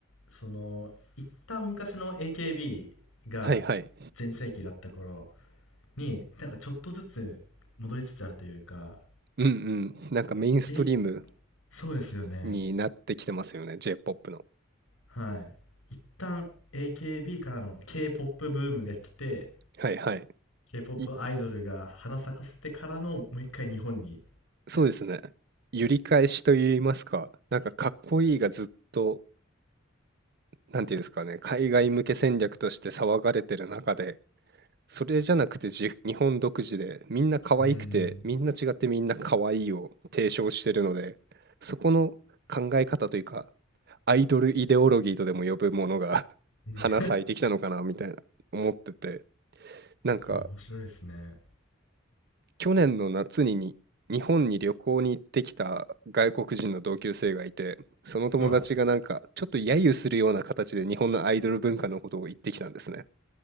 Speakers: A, on the left; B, on the right.
A: その、一旦昔の AKB が
B: はいはい。
A: 全盛期だった頃に、なんかちょっとずつ戻りつつあるというか、
B: うんうん。なんかメインストリーム
A: え、そうですよね。
B: になってきてますよね、J-POP の。
A: はい。一旦 AKB からの K-POP ブームが来て、
B: はいはい。
A: K-POP
B: い、
A: アイドルが花咲かせてからのもう一回日本に。
B: そうですね。揺り返しと言いますか、なんかかっこいいがずっと、なんていうんですかね、海外向け戦略として騒がれてる中で、それじゃなくてじ日本独自で、みんな可愛くて、
A: うーん。
B: みんな違ってみんな可愛いを提唱してるので、そこの考え方というか、アイドルイデオロギーとでも呼ぶものが <laughs>
A: うん
B: 花咲いてきたのかなみたいな思ってて、
A: <laughs>
B: なんか
A: いや、面白いですね。
B: 去年の夏にに日本に旅行に行ってきた外国人の同級生がいて、その友達がなんかちょっと揶揄するような形で日本のアイドル文化のことを言ってきたんですね。
A: はい。